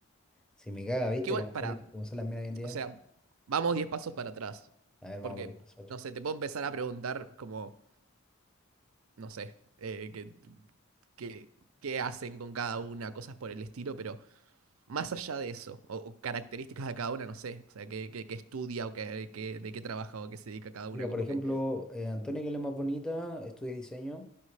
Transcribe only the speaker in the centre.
si me caga, ¿viste?
Como
son las, como son las minas hoy en día.
A ver,
vamos a ver, pasa otra.
Mira,
por ejemplo,
eh, Antonia, que es la más bonita, estudia diseño.